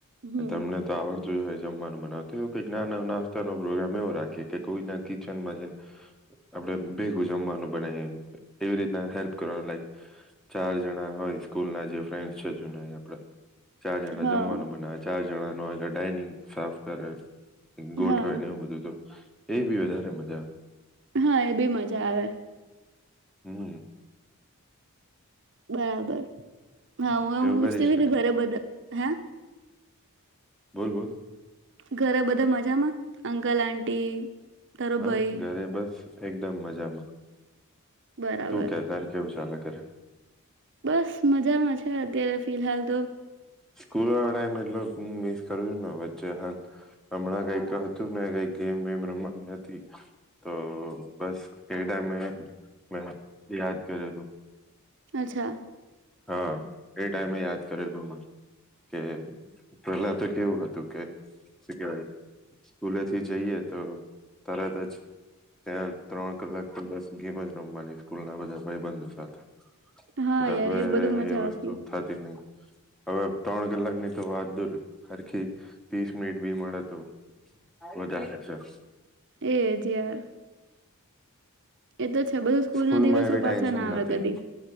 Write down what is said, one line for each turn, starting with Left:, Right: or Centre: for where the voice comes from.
Right: હમ
Centre: તમને તો આવડત જોય જમવાનું મનાવ એવ કઈ ના નાસ્તાનો પ્રોગ્રામ એવો રાખે કે કોઈના કિચનમાં જાય આપણે ભેગું જમવાનું બને એવી રીતના હેલ્પ કરવાનું લઈક ચાર જણા હોય સ્કૂલ ના જે ફન્ડ છે જના ચાર જણા
Right: હા
Centre: જમવાનું બનાવેય ચાર જણા <unintelligible> ડાઇનિંગ સાફ કરે ગોઠવે
Right: હા
Centre: ને એવું બધું તો. એ બી વધારે મજા
Right: હા એ બી મજા આવે.
Centre: હમ્મ.
Right: બરાબર. હા હું એ
Centre: એવું
Right: પૂછતી
Centre: કરી
Right: હોય
Centre: શકે
Right: કે ઘરે બધા હે.
Centre: બોલ બોલ.
Right: ઘરે બધા મજામાં અંકલ આંટી તારો
Centre: હા
Right: ભાઈ
Centre: ઘરે બસ એકદમ મજામાં.
Right: બરાબર
Centre: તું કે તારે કેવું ચાલે? ઘરે
Right: બસ મજામાં છે અત્યારે ફિલહાલ તો.
Centre: સ્કૂલનો ટાઈમ એટલો શું હું મિસ કરું છું ને વચ્ચે હાલ હમણાં કઈક હતું ને કઈક ગેમ વેમ રમવાની હતી, તો બસ એ ટાઈમે મે યાદ કરેલું
Right: અચ્છા
Centre: હા. એ ટાઈમે યાદ કરે લુ, કે પહેલા તો કેવું હતું કે સ્કૂલેથી શું કેવાય, સ્કૂલે થી જઈએ તો તરત જ ત્યાં ત્રણ કલાક તો બસ ગેમ જ રમવાની સ્કૂલ ના બધા ભાઈબંધો સાથે.
Right: હા
Centre: એટલે
Right: યાર
Centre: હવે
Right: એ બધું મજા
Centre: એ વસ્તુ
Right: આવતી
Centre: થતી નહી. હવે ત્રણ કલાક ની તો વાત દૂર, હરખી તીસ મિનિટ બી મળે તો વધારે છે.
Right: એ જ યાર. એ તો છે, બધું સ્કૂલના
Centre: સ્કૂલમાં
Right: દિવસો
Centre: એવી
Right: પાછા
Centre: ટેન્શન
Right: ના આવે
Centre: નથી
Right: કદી.